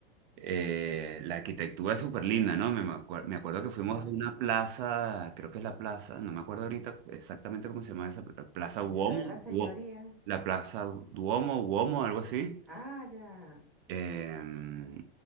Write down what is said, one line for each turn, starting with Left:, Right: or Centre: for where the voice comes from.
Right: Eh, la arquitectura es súper linda, ¿no? Me, me acuer- me acuerdo que fuimos
Centre: claro.
Right: a una plaza, creo que es la plaza, no me acuerdo ahorita exactamente cómo se llama esa pla- plaza Uomo,
Centre: ¿Será de la señoría?
Right: Duo- la plaza Duomo, Uomo, algo así,
Centre: Ah, ya.
Right: em,